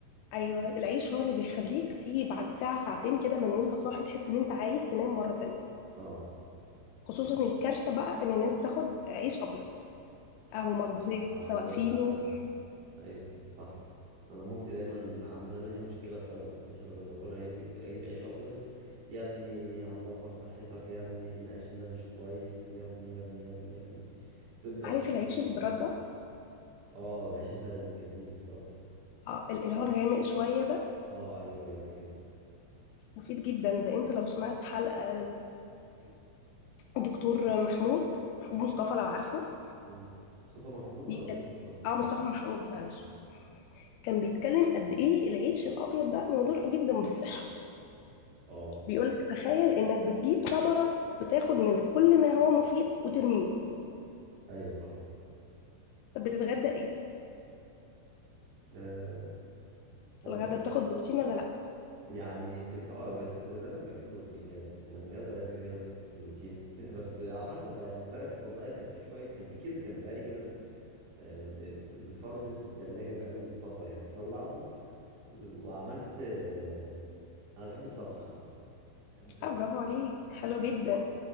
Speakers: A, on the left; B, on the right.
A: ايوه العيش هو اللي بيخليك تيجي بعد ساعه ساعتين كده من وانت صاحي تحس ان انت عايز تنام مره تانية
B: اه
A: خصوصا الكارثه بقى ان الناس بتاخد عيش ابيض او مخبوزات
B: آه،
A: سواء
B: هو
A: فينو
B: فعلا ايوه صح انا مامتي دايما عامله لي مشكله بسبب العيش الابيض ده كل ما اجيب أجيب عيش ابيض يا ابني هتدمر صحتك يا ابني العيش ده مش كويس يا ابني يا ابني يا ابني يا ابني تفضل
A: عارف
B: في
A: العيش
B: <laughs>
A: اللي برد ده
B: اه العيش البلدي الجميل اللي برد
A: آه، اللي هو الغامق شويه ده
B: اه ايوه ايوه اللي جامد
A: مفيد جدا ده انت لو سمعت حلقه لدكتور <coughs> <clears throat> محمود محمود مصطفى لو عارفه
B: مم. مصطفى محمود ولا
A: بيكلم
B: محمود مصطفى
A: اه مصطفى محمود معلش
B: اه
A: كان بيتكلم قد ايه العيش الابيض ده مضر جدا بالصحه
B: آه،
A: بيقولك تخيل انك بتجيب ثمرة بتاخد منها كل ما هو مفيد وترميه
B: ايوه صح
A: طب بتتغدى ايه
B: أه والله
A: الغدا بتاخد بروتين ولا لا
B: يعني في ال- اه هو ده- دايما بيبقى فيه بروتين لازم يعني الرياضه لازم كده كده لازم بروتين <laughs> <clears throat> بس على حسب بقى يعني امبارح والله كان في شويه كان في كيس جمبري كده م- آه، م- متفرزن في التلاجة بقاله فتره يعني طلعته و- وعملت آه، انا بحب الطبخ عامه بحب الطبخ
A: اه برافو عليك حلو جدا